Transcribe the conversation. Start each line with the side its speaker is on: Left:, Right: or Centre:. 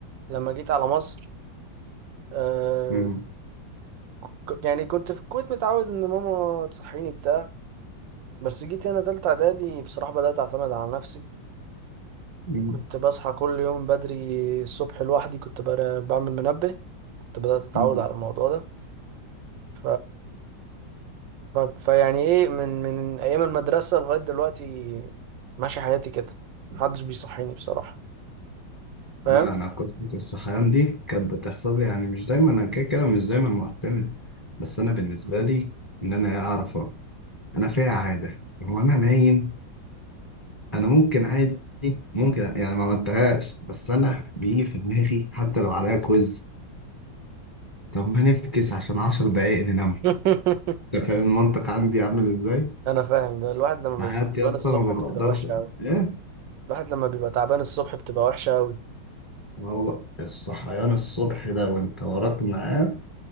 Right: لما جيت على مصر آه
Left: مم.
Right: ك- يعني كنت في الكويت متعود ان ماما تصحيني بتاع بس جيت هنا تالتة اعدادي بصراحة بدأت اعتمد على نفسي
Left: مم.
Right: كنت بصحى كل يوم بدري الصبح لوحدي كنت بر- بعمل منبه كنت بدأت أتعود
Left: مم.
Right: على الموضوع ده ف... ف... فيعني إيه من من أيام المدرسة لغاية دلوقتي ماشي حياتي كده محدش بيصحيني بصراحة فاهم
Left: لا انا كنت الصحيان دي كانت بتحصل لي يعني مش دايما انا كده كده مش دايما معتمد بس انا بالنسبة لي ان انا اعرف أهو. انا فيها عادة هو انا نايم انا ممكن عادي ممكن يعني ما عملتهاش بس انا بيجي في دماغي حتى لو عليها كويز طب ما نفكس عشان عشر دقايق ننام
Right: <laughs>
Left: انت فاهم المنطق عندي عامل ازاي؟
Right: أنا فاهم الواحد لما بيبقى
Left: ساعات يا
Right: تعبان
Left: اسطى
Right: الصبح
Left: ما
Right: بتبقى
Left: بقدرش
Right: وحشة أوي
Left: لا
Right: الواحد لما بيبقى تعبان الصبح بتبقى وحشة أوي
Left: والله الصحيان الصبح ده وانت وراك ميعاد